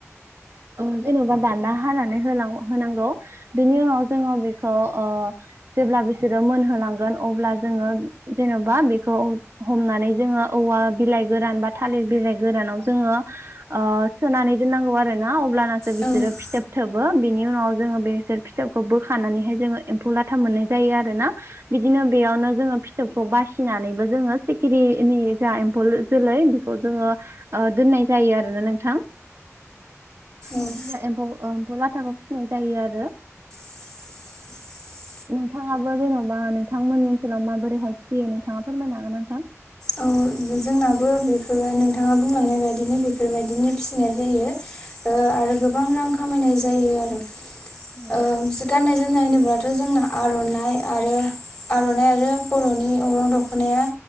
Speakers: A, on the right; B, on the left.
A: ओ जेन'बा दान्दा हानानै होल होनांगौ बेनि उनाव जोङो बेखौ ओ जेब्ला बिसोरो मोनहोलांगोन अब्ला जोङो जेन'बा बेखौ हमनानै जोङो औवा बिलाइ गोरान बा थालिर बिलाय गोरानाव जोङो ओ सोनानै दोननांगौ आरो ना अब्लानासो बिसोरो
B: औ
A: फिथोब थोबो बिनि उनाव जोङो बे फिथोबखौ बोखानानैहाय जोङो एम्फौ लाथा मोननाय जायो आरोना बिदिनो बेयावनो जोङो फिथोबखौ बासिनानैबो जोङो सिखिरिनि जा एम्फौ जोलै जोङो दोननाय जायो आरो ना नोंथां
B: औ
A: बिदिनो एम्फौ ओ एम्फौ लाथाखौ फिसिनाय जायो आरो
B: <inaudible>
A: नोंथाङाबो जेन'बा नोंथांमोननि ओनसोलाव माबोरैहाय फिसियो नोंथाङा फोरमायनो हागोन ना नोंथां?
B: औ जोंनाबो बेफोरबाय नोंथाङा बायदिनो बेफोरबायदिनो जायो। ओ आरो गोबां रां खामायनाय जायो आरो
A: औ
B: ओ गाननाय जोमनाय होनोबा थ' जोंना आर'नाइ आरो आर'नाइ आरो बर'नि अग्रं दख'नाया।